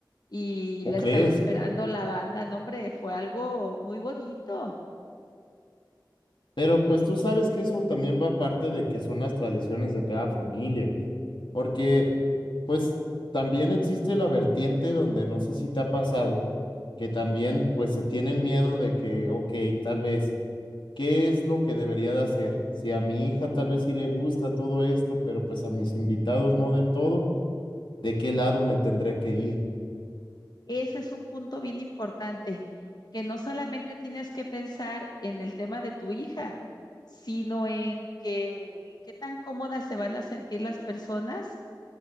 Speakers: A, on the left; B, on the left.
A: y
B: ¿Cómo
A: la
B: crees?
A: estaba esperando la banda, no, hombre, fue algo muy bonito.
B: Pero pues tú sabes que eso también va parte de que son las tradiciones de cada familia, porque pues también existe la vertiente donde no sé si te ha pasado, que también pues se tiene el miedo de que, ok, tal vez ¿Qué es lo que debería de hacer? Si a mi hija tal vez sí le gusta todo esto, pero pues a mis invitados no del todo, ¿de qué lado me tendré que ir?
A: Ese es un punto bien importante, que no solamente tienes que pensar en el tema de tu hija, sino en que, qué tan cómodas se van a sentir las personas